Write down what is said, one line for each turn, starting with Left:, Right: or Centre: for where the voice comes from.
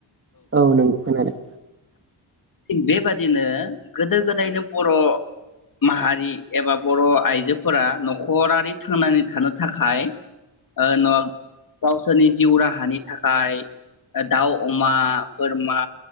Right: औ नंगौ खोनादों
Left: थिग बेबादिनो गोदो गोदायनो बर' माहारि एबा बर' आइजोफोरा न'खरारि थांनानै थानो थाखाय ओ गावसोरनि जिउ राहानि थाखाय दाउ अमा बोरमा